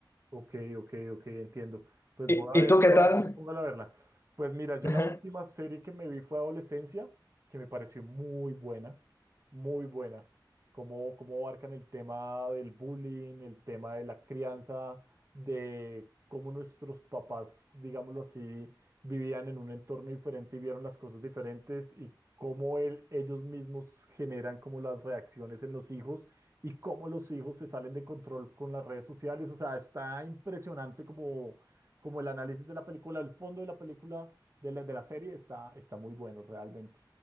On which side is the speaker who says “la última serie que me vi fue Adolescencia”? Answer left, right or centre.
Right